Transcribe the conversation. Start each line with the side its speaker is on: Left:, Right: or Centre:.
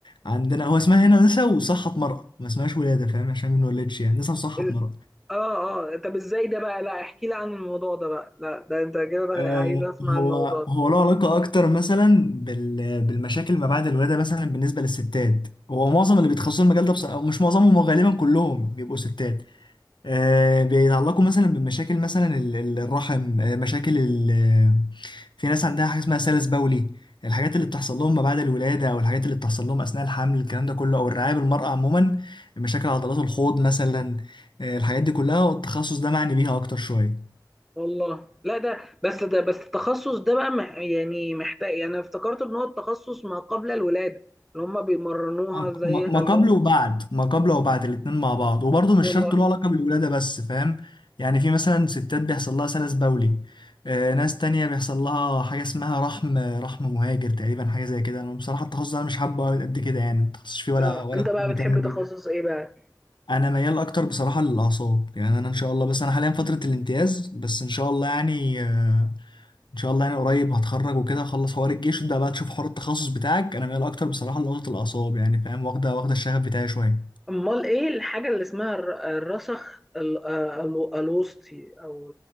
Left: عندنا هو اسمها هنا نساء وصحة مرأة ما اسمهاش ولادة فاهم عشان ما نولدش يعني نساء وصحة
Centre: ال...
Left: مرأة
Centre: اه اه طب ازاي ده بقى لا احكي لي عن الموضوع ده بقى لا ده انت كده بقى
Left: آه،
Centre: عايز اسمع
Left: هو
Centre: الموضوع ده
Left: هو له علاقة أكتر مثلا بال- بالمشاكل ما بعد الولادة مثلا بالنسبة للستات هو معظم اللي بيتخصصوا المجال ده بص... أو مش معظمهم هو غالبا كلهم بيبقوا ستات آه، بيتعلقوا مثلا بمشاكل مثلا ال- ال- الرحم آه، مشاكل ال... آه، في ناس عندها حاجة اسمها سلس بولي الحاجات اللي بتحصل لهم ما بعد الولادة أو الحاجات اللي بتحصل لهم أثناء الحمل الكلام ده كله أو الرعاية بالمرأة عموما مشاكل عضلات الحوض مثلا آه، الحاجات دي كلها والتخصص ده معني بيها أكتر شوية
Centre: والله لا ده بس ده بس التخصص ده بقى مح- يعني محتاج يعني افتكرت ان هو التخصص ما قبل الولادة اللي هم بيمرنوها
Left: ما
Centre: ازاي
Left: ما
Centre: يخلوهم
Left: قبل وبعد ما قبل وبعد الاتنين مع بعض وبرضه مش
Centre: والله
Left: شرط له علاقة بالولادة بس فاهم يعني في مثلا ستات بيحصل لها سلس بولي آه، ناس تانية بيحصل لها حاجة اسمها رحم رحم مهاجر تقريبا حاجة زي كده أنا بصراحة التخصص ده أنا مش حابه قد كده يعني متخصصش فيه ولا
Centre: اه
Left: ولا
Centre: انت
Left: كنت
Centre: بقى
Left: مهتم
Centre: بتحب تخصص
Left: بيه
Centre: ايه بقى
Left: أنا ميال أكتر بصراحة للأعصاب يعني أنا إن شاء الله بس أنا حاليا فترة الامتياز بس إن شاء الله يعني آه، إن شاء الله يعني قريب هتخرج وكده أخلص حوار الجيش وتبدأ بقى تشوف حوار التخصص بتاعك أنا ميال أكتر بصراحة لنقطة الأعصاب يعني فاهم واخدة واخدة الشغف بتاعي شوية
Centre: امال ايه الحاجه اللي اسمها الر- الرسخ ال- آه، الو- الوسطي او